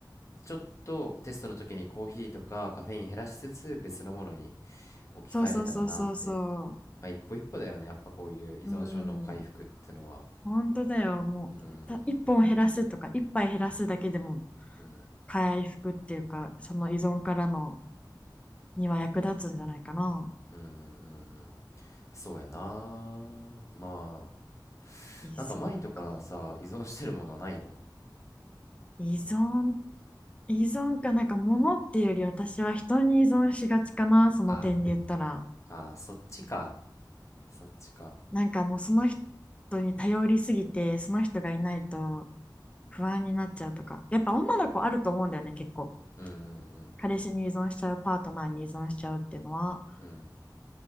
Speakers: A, on the left; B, on the left.
A: ちょっとテストの時にコーヒーとかカフェイン減らしつつ別のものに置き換えれたらなって。
B: そうそうそうそうそ
A: まあ一歩一歩だよね。やっぱこういう依存症の回復ってのは。
B: う。うーん。本当だよ。もう、
A: うーん、
B: た一本減らすとか、一杯減らすだけでも、
A: うん、
B: 回復っていうか、その依存からの、には役立つんじゃないかな。
A: うん、うん、うん。そうやな。まあ、
B: 依存か。
A: なんか前とかさ、依存してるものないの
B: 依存、依存か、なんか物っていうより私は人に依存しがちかな、その点で言ったら。
A: あ、あ、そっちか。そっちか。
B: なんかもうその人に頼りすぎて、その人がいないと不安になっちゃうとか。やっぱ女の子あると思うんだよね、結構。
A: うん、うん、うん、
B: 彼氏に依存しちゃう、パートナーに依存しちゃうっていうのは。
A: うん。うん